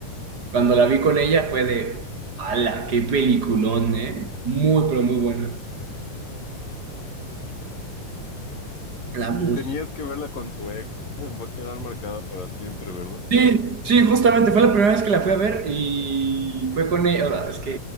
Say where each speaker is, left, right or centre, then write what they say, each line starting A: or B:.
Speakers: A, on the right; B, on the left.
A: Cuando la vi con ella fue de, ala, qué peliculón, ¿eh? Muy, pero muy buena. La música.
B: Y tenías que verla con tu ex. <laughs> Va a quedar marcada para siempre, ¿verdad?
A: Sí, sí, justamente fue la primera vez que la fui a ver y fue con ella. O sea, es que